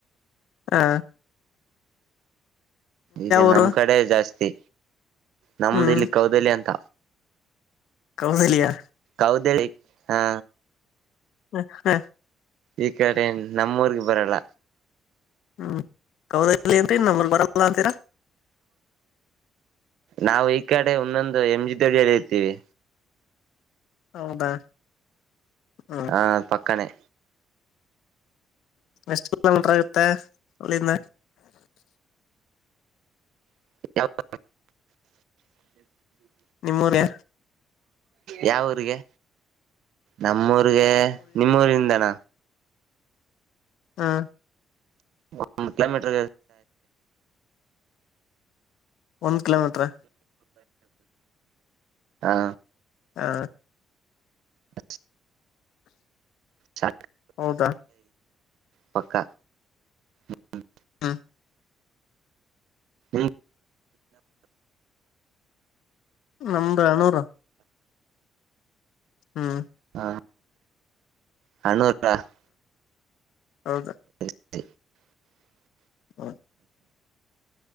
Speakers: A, on the left; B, on the right.
A: ಹಾ
B: ಈಗ
A: ಊರು
B: ನಮ್ ಕಡೆ ಜಾಸ್ತಿ ನಮ್ದ
A: ಹ್ಮ್
B: ಇಲ್ಲಿ ಕೌದಲ್ಯ ಅಂತ
A: ಕೌದಲಿಯಾ
B: ಕೌದ ಹಾ
A: ಹ ಹಾ
B: ಈ ಕಡೆ ನಮ್ಮೂರ್ಗೆ ಬರಲ್ಲ
A: ಹ್ಮ್ ಕೌದ ಇಲ್ಲ ಏನ್ರಿ ನಮ್ಮಲ್ಲಿ ಬರಲ್ಲ ಅಂತೀರಾ
B: ನಾವು ಈ ಕಡೆ ಒಂದೊಂದು ಎಂ ಜಿ ದೋಡಿಯಲ್ಲಿ ಇರ್ತೀವಿ
A: ಹೌದಾ ಹ್ಮ್
B: ಹಾ ಪಕ್ಕನೆ
A: ಎಷ್ಟ ನಲ್ರಗುತ್ತೆ ಅಲ್ಲಿಂದ
B: ಹ ಹ
A: ನಿಮ್ಮ್ಯ ರ
B: ಯಾವ ಊರಿಗೆ ನಮ್ಮೂರಿಗೆ ನಿಮ್ಮೂರಿಿಂದನ
A: ಹ್ಮ
B: ಒಂದುತ್ತು ಕಿಲೋಮೀಟರ್
A: ಒಂದ್ ಕಿಲೋಮೀಟ್ರ
B: ಹಾ
A: ಹಾ
B: ಹಸ್ ಚ
A: ಹೌದಾ
B: ಪಕ್ಕ <unintelligible>
A: ಹಾ
B: ಹ್ಮ
A: ನಮ್ದ್ ಹನೂರ್ ಹ್ಮ್
B: ಹಾ ಹಣೂರ <unintelligible>
A: ಹೌದಾ
B: <inaudible>
A: <inaudible>